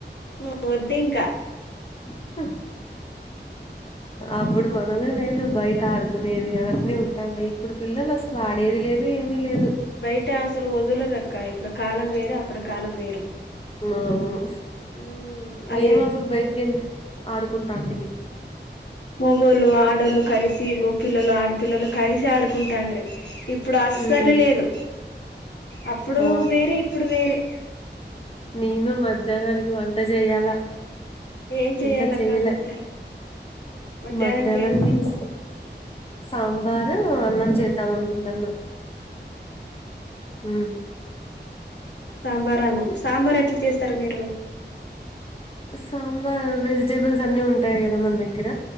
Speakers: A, on the left; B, on the left.
A: హు వద్దు ఇంక
B: ఆ అప్పుడు మనమే మేలు బయట ఆడుకునేది అవన్ని ఉంటాండే ఇప్పుడు పిల్లలస్ అసల్ ఆడేది లేదు ఏమీ లేదు.
A: బయట అసలు వదులరక్క ఇప్పుడ్ కాలం వేరు అప్పుడు కాలం వేరు
B: అవునవును
A: ఉమ్ అది
B: మేం అప్పుడు బయటికెళ్ ఆడుకుంటాంటిమి
A: మొగోళ్ళు, ఆడళ్ళు కలిసి మొగ పిల్లలు ఆడపిల్లలు కలిసి ఆడుకుంటాండ్రి ఇప్ ఇప్పుడ్ అస్సల్
B: ఉమ్
A: లేదు. అప్పుడు
B: ఆ
A: వేరే ఇప్పుడు వేరే
B: నేను మధ్యాహ్నానికి వంట చేయాలా
A: ఏం చెయ్యాలక్క
B: ఇంక చెయ్యలె
A: మధ్యాహ్నం మధ్యాహ్నంకి
B: మధ్యాహ్ననానికీస్
A: ఏం
B: సాంబార్, అన్నం చేద్దాం అనుకుంటన్నా. మ్
A: సాంబార్ అన్నం సాంబార్ ఎట్లా చేస్తార్ మీరు?
B: సాంబార్ వెజిటేబుల్స్ అన్ని ఉంటాయి గదా మన దగ్గర